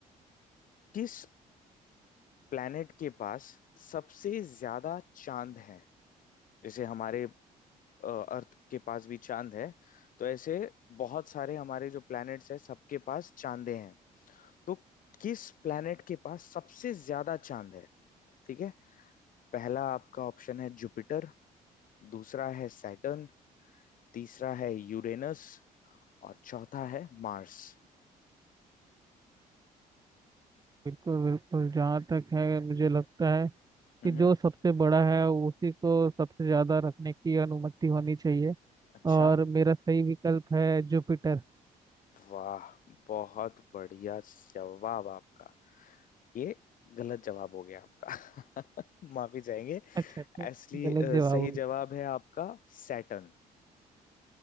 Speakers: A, on the left (about 60°); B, on the right (about 25°).
A: किस प्लैनेट के पास सबसे ज्यादा चांद हैं जैसे हमारे अ, अर्थ के पास भी चांद है तो ऐसे बहुत सारे हमारे जो प्लैनेट्स हैं सबके पास चांदे हैं तो किस प्लैनेट के पास सबसे ज्यादा चांद है ठीक है पहला आपका ऑप्शन है जुपिटर दूसरा है सैटर्न तीसरा है यूरेनस और चौथा है मार्स
B: बिल्कुल बिल्कुल जहाँ तक है मुझे लगता है कि
A: हम्म
B: जो सबसे बड़ा है उसी को सबसे ज्यादा रखने की अनुमति होनी चाहिए
A: अच्छा
B: और मेरा सही विकल्प है जुपिटर
A: वाह बहुत बढ़िया जवाब आपका ये गलत जवाब हो गया आपका <laughs> माफी जाएंगे
B: अच्छा अच्छा
A: असली
B: गलत
A: अ,
B: जवाब
A: सही
B: हो गया।
A: जवाब है आपका सैटर्न